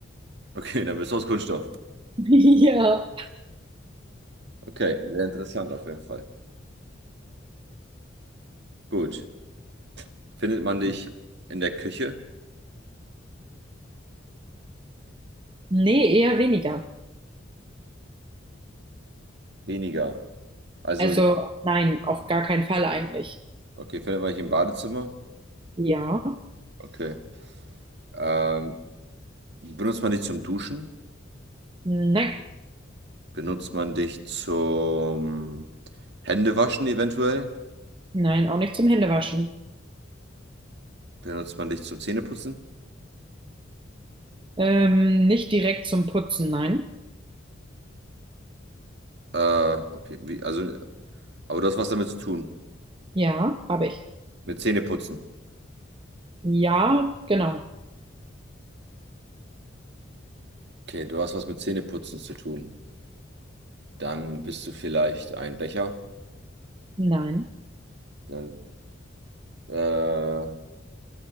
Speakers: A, on the right; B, on the right.
A: Okay, dann bist du aus Kunststoff.
B: <laughs> Ja.
A: Okay, sehr interessant auf jeden Fall. Gut. Findet man dich in der Küche?
B: Nee, eher weniger.
A: Weniger. Also,
B: Also
A: sie-
B: nein, auf gar keinen Fall eigentlich.
A: okay, findet man dich im Badezimmer?
B: Ja.
A: Okay. Ähm, benutzt man dich zum Duschen?
B: Nein,
A: Benutzt man dich zum Händewaschen eventuell?
B: nein, auch nicht zum Händewaschen.
A: Benutzt man dich zum Zähneputzen?
B: Ähm, nicht direkt zum Putzen, nein.
A: Äh, okay, wie, also, aber du hast was damit zu tun.
B: Ja, habe ich.
A: Mit Zähneputzen.
B: Ja, genau.
A: Okay, du hast was mit Zähneputzen zu tun. Dann bist du vielleicht ein Becher.
B: Nein.
A: Dann, äh, wenn